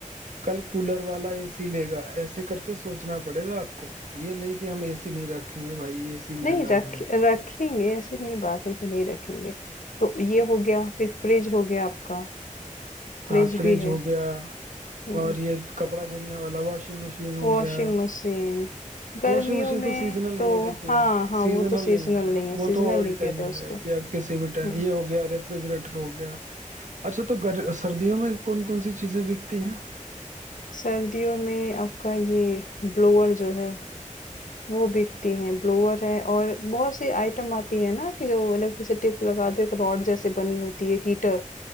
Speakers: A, on the right (about 70°); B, on the left (about 75°).
A: कल कूलर वाला एसी लेगा ऐसे करके सोचना पड़ेगा आपको ये नहीं कि हम एसी नहीं रखेंगे भाई एसी
B: नहीं
A: महंगा
B: रख
A: है
B: रखेंगे ऐसी नहीं बात है कि नहीं रखेंगे तो ये हो गया फिर फ्रिज हो गया आपका फ्रिज
A: हाँ फ्रिज
B: भी है
A: हो गया
B: हम्म
A: और ये कपड़ा धुलने वाला वॉशिंग मशीन हो
B: वॉशिंग
A: गया
B: मशीन गर्मियों
A: वॉशिंग मशीन
B: में
A: तो सीजनल
B: तो
A: नहीं है देखिए
B: हाँ हाँ
A: सीजनल
B: वो तो सीजनल
A: नहीं है
B: नहीं है
A: वो
B: सीजनल
A: तो ऑल
B: नहीं कहते
A: टाइम
B: उसको
A: है कि आप किसी
B: हम्म
A: भी टाइम ये हो गया रेफ्रिजरेटर हो गया अच्छा तो गर, सर्दियों में कौन कौन सी चीजें बिकती हैं
B: सर्दियों में आपका ये ब्लोअर जो है वो बिकती हैं, ब्लोअर है और बहुत सी आइटम आती है ना कि जो इलेक्ट्रिसिटी पे लगाते हैं, एक रॉड जैसे बनी होती है हीटर